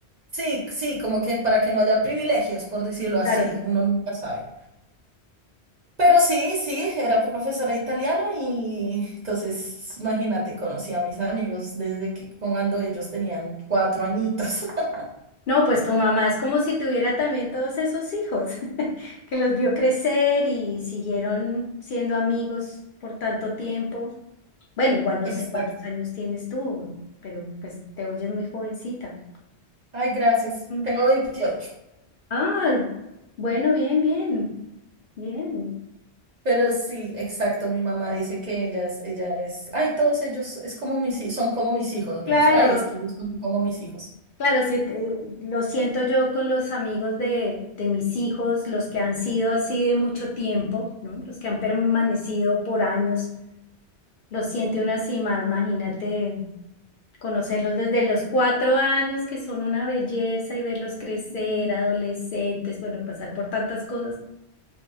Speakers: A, on the right; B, on the left.
A: Sí, sí, como que para que no haya privilegios, por decirlo así,
B: Claro.
A: uno nunca sabe. Pero sí, sí, era profesora de italiano y entonces, imagínate, conocí a mis amigos desde que cuando ellos tenían cuatro añitos. <laughs>
B: No, pues tu mamá es como si tuviera también todos esos hijos <laughs> que los vio crecer y siguieron siendo amigos por tanto tiempo. Bueno, igual no
A: Exacto.
B: sé cuántos años tienes tú, pero pues te oyes muy jovencita.
A: Ay, gracias.
B: Mm.
A: Tengo 28.
B: Ah, bueno, bien, bien, bien.
A: Pero sí, exacto, mi mamá dice que ella es, ella es, ay, todos ellos es como mis, hi- son como mis hijos, me
B: Claro,
A: dice, ay, es que ellos son como mis hijos.
B: claro, sí, te- lo siento yo con los amigos de, de mis hijos, los que han sido así de mucho tiempo, ¿no? Los que han permanecido por años. los siente uno así más, imagínate. conocerlos desde los cuatro años, que son una belleza, y verlos crecer,
A: Ujú.
B: adolescentes, bueno, pasar por tantas cosas